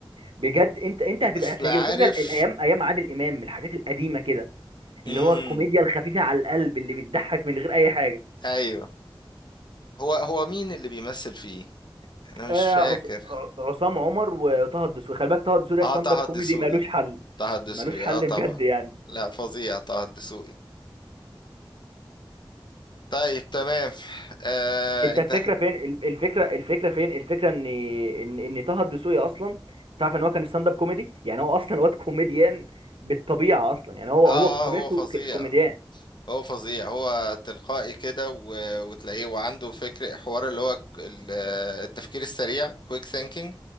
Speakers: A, on the right (about 75°); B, on the left (about 55°).
A: بجد انت انت هتبقى
B: اصل
A: هتعجبك
B: عارف
A: شوف ده الايام ايام عادل امام الحاجات القديمه كده اللي
B: امم
A: هو الكوميديا الخفيفه على القلب اللي بتضحك من غير اي حاجه
B: ايوه هو هو مين اللي بيمثل فيه انا
A: آه
B: مش فاكر
A: عص... ع- عصام عمر وطه الدسوقي خلي بالك طه الدسوقي ده
B: اه
A: ستاند
B: طه
A: اب كوميدي
B: الدسوقي
A: ملوش حل
B: طه الدسوقي
A: ملوش حل
B: اه طبعا
A: بجد يعني
B: لا فظيع طه الدسوقي طيب تمام آه
A: انت
B: انت
A: الفكره
B: اه
A: فين ال- الفكره الفكره فين الفكره ان ان ان طه الدسوقي اصلا تعرف ان هو كان ستاند اب كوميدي يعني هو اصلا واد كوميديان بالطبيعه اصلا يعني هو
B: آه،
A: هو طبيعته
B: هو فظيع
A: ك- كوميديان
B: هو فظيع هو تلقائي كده و... وتلاقيه وعنده فكر حوار اللي هو ك- ال- آه، التفكير السريع كويك ثينكينج